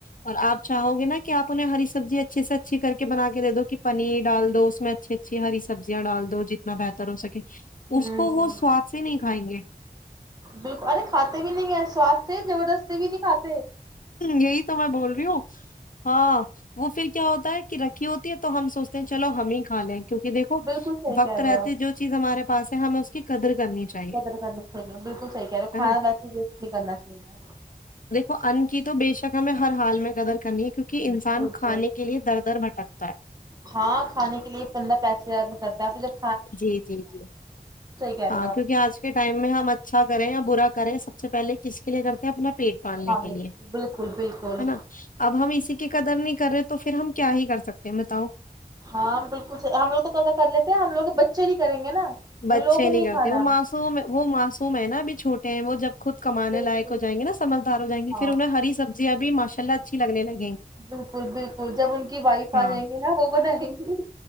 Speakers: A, on the left; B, on the right.
A: اور آپ چاہو گے نا کہ آپ انہیں ہری سبزی اچھیے سے اچھی کر کے بنا کے دے دو کہ پنیر ڈال دو اس میں اچھی اچھی ہری سبزیاں ڈال دو جتنا بہتر طر ہو سکے
B: ہوں
A: اس کو وہ سواد سے نہیں کھائیں گے
B: بالکل ارے کھاتے بھی نہیں ہیں سوااد سے زبردستی بھی نہیں کاتے
A: یہی تو میں بول رہی ہوں ہاں وہ پھر کیا ہوتا ہے کی رکھی ہوتی ہے تو ہم سوچتے ہیں چلو ہم ہی کا لیں گے کیونکہ دیکھو
B: بالکل صحیح
A: وقت
B: کہہ رہے
A: رہتے
B: ہو آپ
A: جو چیز ہمارے پاس ہم اس کی قدر کرنی چاہیے
B: قدر کرنی چاہیے بالکل صحیح کہرو
A: ہے
B: کھانا
A: نا
B: ویسے وس نہیں کرنا چاہیے
A: انن کی تو بے شک ہمیں ہر حال میں قدر کرنی ہے کیونکہ انسان
B: بالکل
A: کھانے کے لیے در در بھٹکتا ہے
B: ہاں کھانے کے لیے بندہ پیسے زیادہ کرتا پ <unintelligible>
A: جی جی جی
B: کہہ
A: ہاں
B: رہے ہو آپ
A: کیونکہ آج کے ٹائم میں ہم اچھا کریں برا کرے سب سے پہلے کس کے لیے کرتے ہیں اپنا پیٹ پالنے
B: کھانے
A: کے لیے
B: بالکل بالکل
A: ہے نا اب ہم اسی کے قدر نہیں کر رہے تو پھر ہم کیا ہی کر سکتے ہیں بتاؤ
B: ہاں بالکل ہم لوگ تو پا کر لیتے ہیں ہم لوگ بچے ہی کریں گے نا
A: بچے
B: ان لوگوں کو
A: نہیں کرتے
B: کھانا
A: وہ معسوم وہ معصوم ہے ناب چھوٹے ہیں وہ جب خود کمانے
B: بالکل
A: لائق ہو جائیں گے نا سجھدار ہو جائیں گے
B: ہاں
A: پھر انہیں ہری سبزی اب ماشءلہ اچھی لگنےگی
B: بالکل بالکل جب ان کی وائف
A: ہاں
B: آ جائیں گی نا وہ بتائیں گی